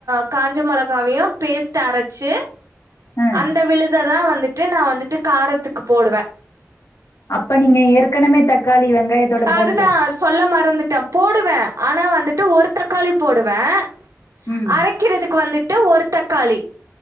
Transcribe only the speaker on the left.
ஆ
அப்ப நீங்க ஏற்கனவே தக்காளி வெங்காயத்தோட போடல
ம்